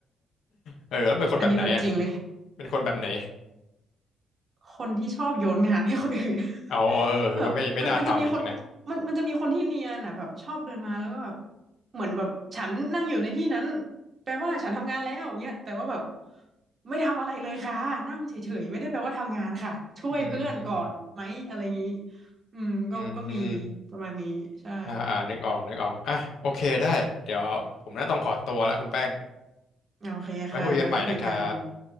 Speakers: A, on the left (about 75°); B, on the right (about 40°).
A: เออแล้วเป็นคนแบบไหนอะ
B: อันนี้แบบจริงเลย
A: เป็นคนแบบไหน
B: คนที่ชอบโยนงานให้คนอื่น <laughs>
A: เอาเออเออก็ไม่ไม่น่าทำจริงๆนะ
B: แบบมันมันจะมีคนมันมันจะมีคนที่เนียนอ่ะแบบชอบเดินมาแล้วก็แบบเหมือนแบบฉันนั่งอยู่ในที่นั้นแปลว่าฉันทำงานแล้วเงี้ยแต่ว่าแบบไม่ทำอะไรเลยค่ะนั่งเฉยๆไม่ได้แปลว่าทำงานค่ะช่วยเพื่อนก่อนไหมอะไรอย่างนี้
A: อืมอืม
B: อืมก็ก็มี
A: อืม
B: ประมาณนี้ใช่
A: อ่าอ่านึกออกนึกออกอ่ะโอเคได้เดี๋ยวผมน่าต้องขอตัวละคุณแป้ง
B: โอเคค่ะไว้คุยกัน
A: ไว้คุยกันใหม่นะครับ